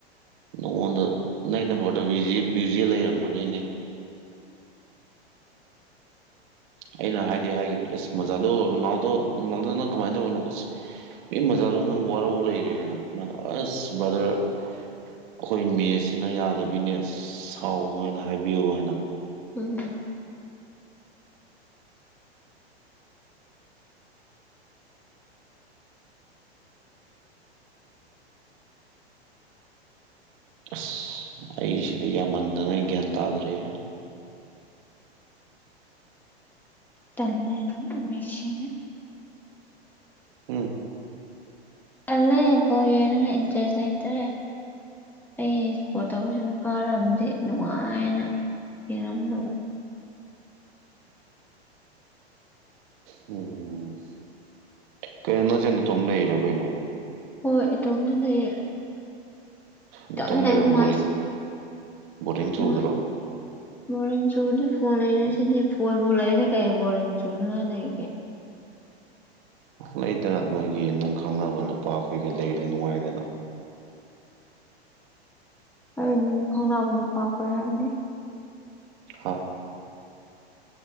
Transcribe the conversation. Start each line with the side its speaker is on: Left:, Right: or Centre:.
Right: ꯅꯉꯣꯟꯗ ꯅꯪ ꯅꯝꯕꯔꯗꯣ ꯕꯤꯖꯤ ꯕꯤꯖꯤ ꯂꯩꯔꯝꯕꯅꯤꯅꯦ ꯑꯩꯅ ꯍꯥꯏꯗꯤ ꯍꯥꯏꯒꯅꯤ ꯑꯦꯁ ꯃꯖꯥꯂꯣ ꯔꯨꯅꯥꯜꯗꯣꯅꯥꯜꯗꯣ ꯅꯪ ꯀꯃꯥꯏꯅ ꯇꯧꯕꯅꯣ ꯏ ꯃꯖꯅꯨꯅ ꯅꯪ ꯋꯥꯔꯧ ꯂꯩꯔꯦ ꯍꯥꯏꯅ ꯃꯥꯅ ꯑꯁ ꯕ꯭ꯔꯗꯔ ꯑꯩꯈꯣꯏ ꯅꯦꯠꯁꯤꯅ ꯌꯥꯗꯕꯤꯅꯦ ꯁꯥꯎꯅꯣꯅ ꯍꯥꯏꯕꯤꯌꯨ ꯍꯥꯏꯅ
Centre: ꯎꯝ
Right: ꯑꯁ ꯑꯩꯁꯤꯗꯤ ꯌꯥꯝꯃꯟꯗꯥꯅ ꯑꯩ ꯒ꯭ꯌꯥꯟ ꯇꯥꯗꯔꯦꯍꯦ꯫
Centre: ꯇꯜꯂꯦ ꯅꯣꯏ ꯃꯁꯤꯅꯤ
Right: ꯎꯝ
Centre: ꯇꯜꯂꯦ ꯕꯣꯜ ꯌꯦꯡꯕ ꯏꯟꯇꯔꯦꯁ ꯂꯩꯇꯔꯦ ꯑꯩꯄꯣꯠ ꯇꯧꯔꯤꯁꯤꯡꯅ ꯀꯥꯔꯝꯗꯤ ꯅꯨꯡꯉꯥꯏꯅ ꯌꯦꯡꯔꯝꯒꯗꯕ
Right: ꯎꯝ ꯀꯩꯅꯤ ꯅꯪꯁꯦ ꯅꯇꯣꯝ ꯂꯩꯔꯣ ꯀꯩꯅꯣ
Centre: ꯍꯣꯏ ꯏꯇꯣꯝꯗ ꯂꯩꯌꯦ
Right: ꯅꯇꯣꯝ
Centre: ꯇꯞꯅ
Right: ꯂꯩꯕ
Centre: ꯅꯨꯡꯉꯥꯏꯁꯦ
Right: ꯕꯣꯔꯤꯡ ꯕꯣꯔꯤꯡ ꯆꯨꯗ꯭ꯔꯣ
Centre: ꯅꯨꯡꯉꯥꯏ ꯕꯣꯔꯤꯡ ꯆꯨꯗꯦ ꯐꯣꯟ ꯂꯩꯔꯤꯁꯤꯗꯤ ꯐꯣꯟꯕꯨ ꯂꯩꯔꯗꯤ ꯀꯩ ꯕꯣꯔꯤꯡ ꯆꯨꯅꯉꯥꯏ ꯂꯩꯒꯦ
Right: ꯂꯩꯗꯅ ꯅꯣꯏꯒꯤ ꯅꯪ ꯈꯪꯅꯕ ꯅꯨꯄꯥꯈꯣꯏꯒ ꯂꯩꯔꯗꯤ ꯅꯨꯡꯉꯥꯏꯗꯅ
Centre: ꯑꯩꯟ ꯈꯪꯅꯥꯕ ꯅꯨꯄꯥꯈꯣꯏ ꯍꯥꯏꯕꯅꯤ
Right: ꯍꯥ